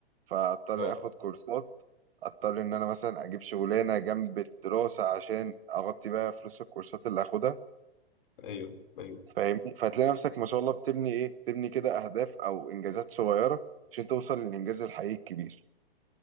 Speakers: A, on the right (about 65°); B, on the left (about 55°).
A: فاضطر
B: اه
A: اخد كورسات اضطر ان انا مثلا اجيب شغلانة جنب الدراسة عشان اغطي بقى فلوس الكورسات اللي هاخدها
B: ايوه ايوه
A: فاهمني فتلاقي نفسك ما شاء الله بتبني ايه بتبني كده اهداف او انجازات صغيره عشان توصل للانجاز الحقيقي الكبير